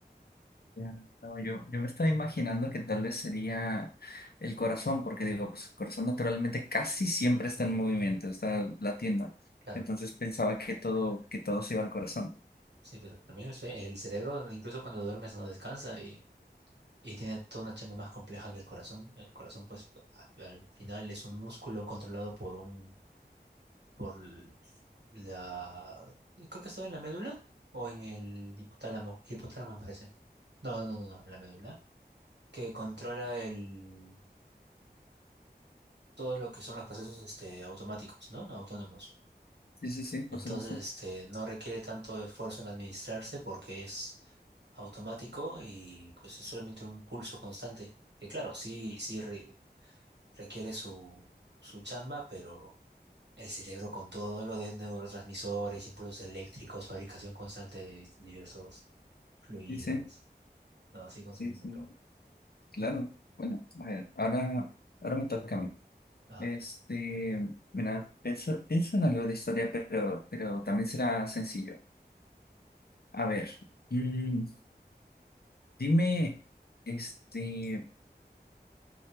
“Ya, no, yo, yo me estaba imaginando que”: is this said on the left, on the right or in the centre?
Left